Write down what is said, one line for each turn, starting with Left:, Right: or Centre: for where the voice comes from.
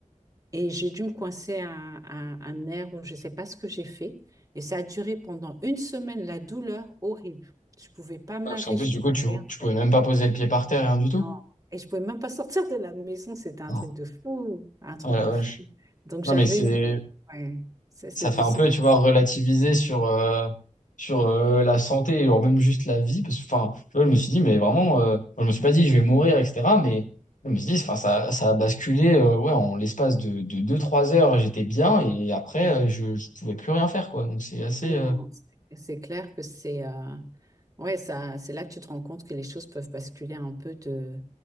Right: Et j'ai dû me coincer à un, à un nerf où je ne sais pas ce que j'ai fait. Et ça a duré pendant une semaine, la douleur horrible. Je ne pouvais pas me
Left: Ah,
Right: laver,
Left: Parce qu'en plus,
Right: je ne
Left: du
Right: pouvais
Left: coup, tu,
Right: rien
Left: tu pouvais
Right: faire.
Left: même pas poser le pied par terre, rien du tout.
Right: Non. Et je pouvais même pas sortir de la maison. C'était un
Left: Oh,
Right: truc de fou, un truc
Left: oh la
Right: de
Left: vache.
Right: fou. Donc
Left: Non,
Right: j'avais
Left: mais c'est,
Right: mes... ouais. Ça, C'est
Left: ça fait
Right: des
Left: un
Right: situations
Left: peu, tu vois, relativiser sur, euh, sur euh, la santé, et même juste la vie. Parce que, enfin, tu vois, je me suis dit, mais vraiment, euh, enfin, je me suis pas dit, je vais mourir, etc. Mais je me suis dit, enfin, ça, ça a basculé, euh, ouais, en l'espace de, de deux trois heures, j'étais bien, et après,
Right: Ouais.
Left: euh, je, je pouvais plus rien faire, quoi. Donc, c'est assez,
Right: Ah non,
Left: euh,
Right: non, c'est c'est clair que c'est euh, ouais, ça, c'est là que tu te rends compte que les choses peuvent basculer un peu de,